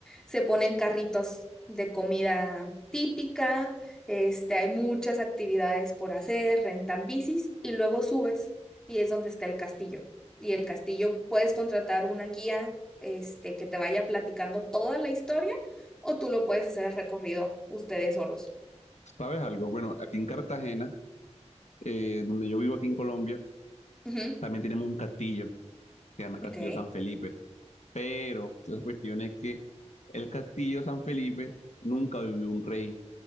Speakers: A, in the centre; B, on the left.
A: se ponen carritos de comida típica, este, hay muchas actividades por hacer, rentan bicis y luego subes y es donde está el castillo. Y el castillo puedes contratar una guía, este, que te vaya platicando toda la historia o tú lo puedes hacer el recorrido ustedes solos.
B: ¿Sabes algo? Bueno, aquí en Cartagena, eh, donde yo vivo aquí en Colombia,
A: Ujú,
B: también tenemos un castillo, que se llama Castillo
A: Ok.
B: San Felipe. Pero la cuestión es que el castillo San Felipe nunca vivió un rey.